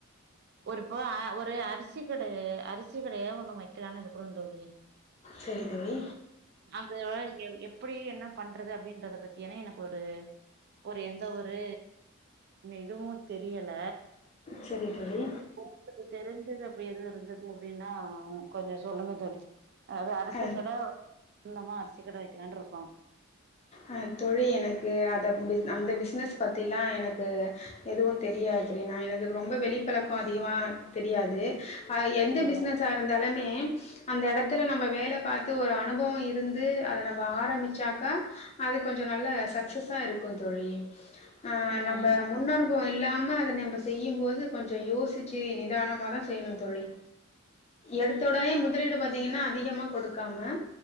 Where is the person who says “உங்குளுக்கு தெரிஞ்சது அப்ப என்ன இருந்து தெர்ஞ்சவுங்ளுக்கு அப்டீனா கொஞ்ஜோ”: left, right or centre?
Right